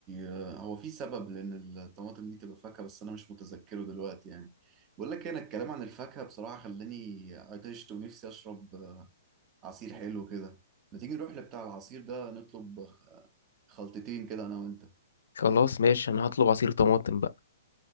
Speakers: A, on the right; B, on the left.
A: آه، هو في سبب لأن الطماطم دي تبقى فاكهة بس أنا مش متذكره دلوقتي يعني بقول لك إيه، أنا الكلام عن الفاكهة بصراحة خلاني آه، عطشت ونفسي أشرب عصير حلو كده ما تيجي نروح لبتاع العصير ده نطلب آه، خلطتين كده انا وانت
B: خلاص ماشي انا هطلب عصير طماطم بقى.